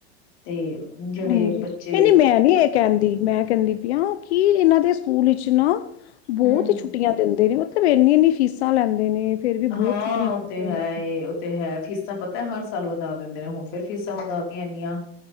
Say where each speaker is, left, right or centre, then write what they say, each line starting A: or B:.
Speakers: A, on the left; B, on the left.
A: ਤੇ ਜਿਹੜੇ
B: ਹਾਂਜੀ,
A: ਬੱਚੇ
B: ਨਈ-ਨਈ ਮੈਂ ਨੀ ਏ ਕੇਂਦੀ ਮੈਂ ਕੇਂਦੀ ਪੀ ਆਂ ਕੀ ਏਨਾਂ ਦੇ ਸ ਸਕੂਲ ਇਚ ਨਾ ਬੌਤ
A: ਹਮ
B: ਈ ਛੁੱਟੀਆਂ ਦਿੰਦੇ ਨੇ ਉ ਏਨੀ-ਏਨੀ ਫੀਸਾਂ ਲੈਂਦੇ ਨੇ ਫੇਰ ਵੀ ਬਹੁਤ
A: ਹਾਂ
B: ਛੁੱਟੀਆਂ
A: ਔ
B: ਕਰਦੇ
A: ਤੇ ਹੈ
B: ਨੇ
A: ਏ ਔ ਤੇ ਹੈ ਫੀਸਾਂ ਪਤਾ ਏ ਹਰ ਸਾਲ ਵਧਾ ਦਿੰਦੇ ਨੇ ਹੁਨ ਫੇਰ ਫੀਸਾਂ ਵਧਾਤੀਆਂ ਏਂਨੀਆਂ।